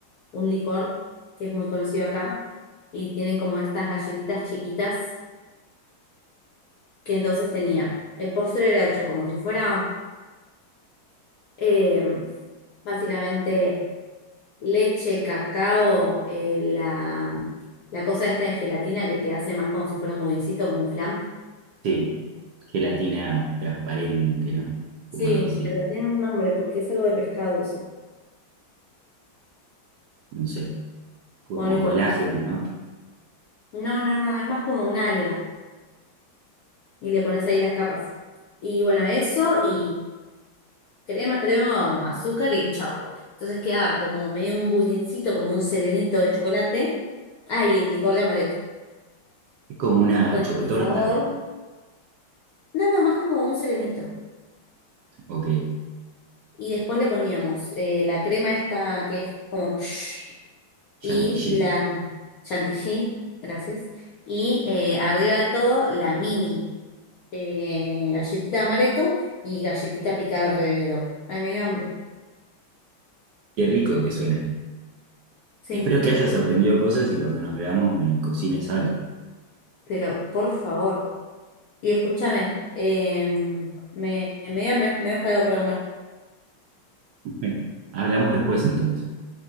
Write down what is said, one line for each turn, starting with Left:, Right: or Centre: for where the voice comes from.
Left: un licor que es muy conocido acá, y tienen como estas galletitas chiquitas que entonces tenían. El postre era hecho como si fuera Eh, básicamente leche, cacao, eh, la, mm, la cosa esta de gelatina que te hace más como si fuera un budincito, como un flan.
Right: Sí, gelatina transparente, ¿no?
Left: Sí,
Right: Como algo así,
Left: pero tiene un nombre porque es algo de pescado eso.
Right: no sé, como
Left: Bueno, no importa.
Right: colágeno, ¿no?
Left: No, no, no, es más como una alga y le pones ahí las capas. Y bueno, eso y crema, creo, azúcar y chau. Entonces queda como medio un budincito, como un serenito de chocolate. Ah, y licor de amaretto.
Right: Es como una
Left: Con
Right: chocotorta,
Left: sabor. No, no, más como un serenito.
Right: ok,
Left: Y después le poníamos eh, la crema esta que es como psh,
Right: chantilly.
Left: y la chantilly, gracias. Y eh, arriba del todo la mini eh, galletita de amaretto y galletita picada alrededor. Ay, me dio hambre.
Right: Qué rico que suena.
Left: Sí,
Right: Espero que hayas aprendido cosas y cuando nos veamos me cocines algo.
Left: pero por favor. Y escúchame, eh, me, me dio hambre, me dio algo para comer.
Right: <laughs> Bueno, hablamos después entonces.